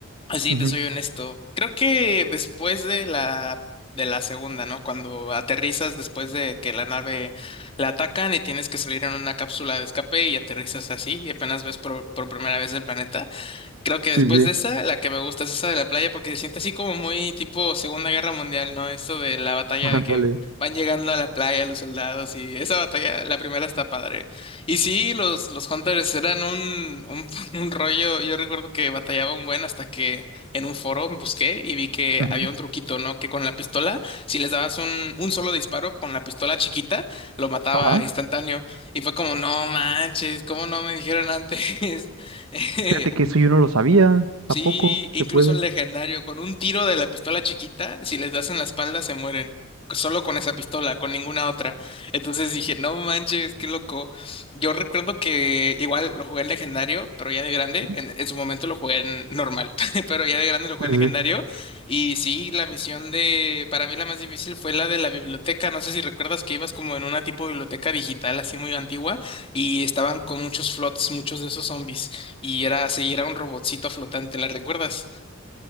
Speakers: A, on the left; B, on the right.
A: Así
B: Ujú.
A: te soy honesto. Creo que después de la... de la segunda, ¿no? Cuando aterrizas después de que la nave la atacan y tienes que salir en una cápsula de escape y aterrizas así y apenas ves por por primera vez el planeta. Creo que después
B: Sí, sí.
A: de esa, la que me gusta es esa de la playa porque se siente así como muy tipo Segunda Guerra Mundial, ¿no? Esto de la batalla
B: <laughs> Ándale.
A: de que van llegando a la playa los soldados y esa batalla, la primera está padre. Y sí, los, los Hunters eran un, un, <laughs> un rollo, yo recuerdo que batallaba un buen hasta que en un foro busqué y vi que
B: Ujú.
A: había un truquito, ¿no? Que con la pistola, si les dabas un, un solo disparo con la pistola chiquita, lo mataba
B: Ajá.
A: instantáneo. Y fue como, no manches, ¿cómo no me dijeron antes? <laughs> <laughs>
B: Fíjate que eso yo no lo sabía.
A: Sí,
B: ¿A poco?
A: incluso
B: Se puede.
A: en legendario, con un tiro de la pistola chiquita, si les das en la espalda se mueren. Solo con esa pistola, con ninguna otra. Entonces dije, no manches, qué loco. Yo recuerdo que igual lo jugué en legendario, pero ya de grande.
B: ¿Mm?
A: En, en su momento lo jugué en normal, <laughs> pero ya de grande lo jugué
B: Sí,
A: en legendario.
B: sí.
A: Y sí, la misión de, para mí la más difícil fue la de la biblioteca. No sé si recuerdas que ibas como en una tipo de biblioteca digital así muy antigua y estaban con muchos flots, muchos de esos zombies y era así, era un robotcito flotante, ¿la recuerdas?